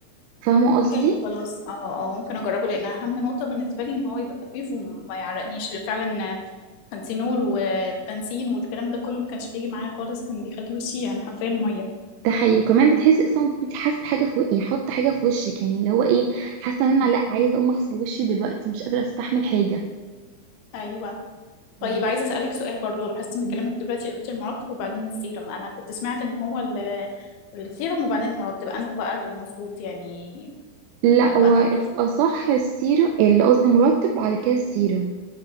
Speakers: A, on the right (about 90°); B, on the left (about 80°).
A: فاهمه قصدي
B: حلو خلاص اه اه ممكن اجربه لان اهم نقطه بالنسبه لي ان هو يبقى خفيف وما يعرقنيش فعلا بنسينول وبنسين والكلام ده كله ما كانش بيجي معايا خالص كان بيخلي وشي يعني حرفيا ميه
A: ده حقيقي وكمان بتحسي اصلا إن انت حاسه حاجه في و- يعني حط حاجه في وشك يعني اللي هو ايه حاسه ان انا لا عايزه اقوم اغسل وشي دلوقتي مش قادره استحمل حاجه
B: ايوه
A: بالظبط
B: طيب عايزة أسألك سؤال برضو لاحظت من
A: قوليلي
B: كلامك دلوقتي قلت المرطب وبعدين السيرم أنا كنت سمعت إن هو ال- السيرم وبعدين المرطب أنه بقى المظبوط يعني
A: لا
B: وأنه
A: هو الاصح
B: الأخطر
A: السيره اللي قصدي مرطب بعد كده السيره